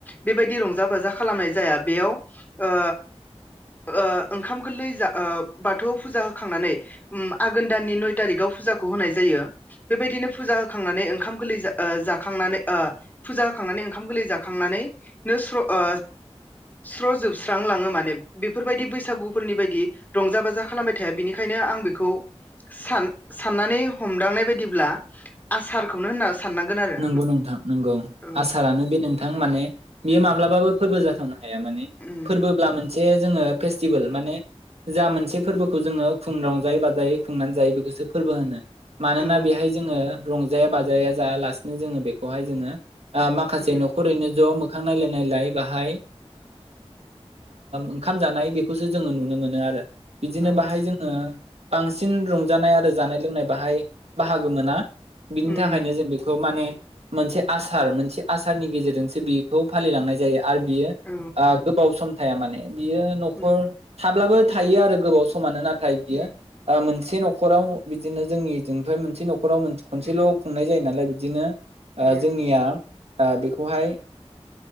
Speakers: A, on the left; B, on the right.
A: बेबायदि। रंजा बाजा खालामनाय जाया बेयाव ओ ओ ओंखाम। गोरलै ओ बाथौआव फुजा होखांनानै आघोन दाननि नय थारिकाव फुजाखौ होनाय जायो। बेबायदिनो फुजा होखांनानै ओंखाम गोरलै जाखांनानै फुजा होखांनानै ओंखाम गोरलै जाखांनानै। ननैनो स्र ओ स्र जोबस्रां लाङो माने बेफोरबायदि बैसागु। फोरनि बायदि रंजा बाजा खालामबाय थाया बिनिखायनो आं बेखौ। सान साननानै हमदांनाय बायदिब्ला आसारखौनो होनना। साननांगोन आरो
B: नंगौ नोंथां नंगौ
A: औ
B: आसारानो बे नोंथां माने बेयो माब्लाबाबो फोरबो जाथावना। हाया माने
A: उम
B: फोरबोब्ला मोनसे जोङो फेस्टिभेल माने। जा मोनसे फोरबोखौ जोङो खु़ रंजायै बाजायै खुंनानै जायो बेखौसो फोरबो होनो। मानोना
A: औ
B: बेहाय जोङो रंजाया बाजाया जायालासिनो जोङो बेखौहाय जोङो। ओ माखासे
A: उम
B: न'खरैनो ज' मो खां नायलाय नायलाय बाहाय ओंखाम जानाय बेखौसो जोङो नुनो मोनो आरो। बिदिनो
A: औ
B: बाहाय जोङो बांसिन रंजानाय आरो जानाय लोंनाय। बाहाय बाहागो मोना बिनि
A: उम
B: थाखायनो जों बेखौ। माने मोनसे आसार मोनसे आसारनि गेजेरजोंसो बेखौ फालिलांनाय जायो। आरो बियो
A: औ
B: गोबाव सम थाया माने बियो न'खर
A: उम
B: थाब्लाबो थायो आरो गोबाव समानो नाथाय बियो
A: उम
B: मोनसे न'खराव बिदिनो जोंनिजों मोनसे न' न'खराव खनसेल'
A: उम
B: खुंनाय जायो नालाय बिदिनो ओ
A: उम
B: जोंनिया ओ बेखौहाय